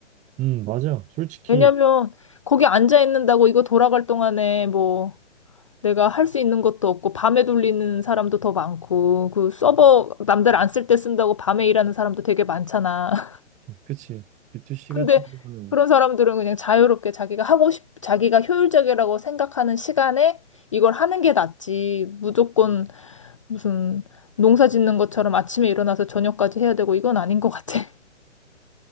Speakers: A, on the right (about 20°); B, on the left (about 30°).
A: 음, 맞아 솔직히
B: 왜냐면 거기 앉아 있는다고 이거 돌아갈 동안에 뭐 내가 할 수 있는 것도 없고 밤에 돌리는 사람도 더 많고 그 서버 남들 안 쓸 때 쓴다고 밤에 일하는 사람도 되게 많잖아. <laughs>
A: 그치 B2C
B: 근데
A: 같은 경우는
B: 그런 사람들은 그냥 자유롭게 자기가 하고 싶, 자기가 효율적이라고 생각하는 시간에 이걸 하는 게 낫지. 무조건 무슨 농사 짓는 것처럼 아침에 일어나서 저녁까지 해야 되고 이건 아닌 것 같아.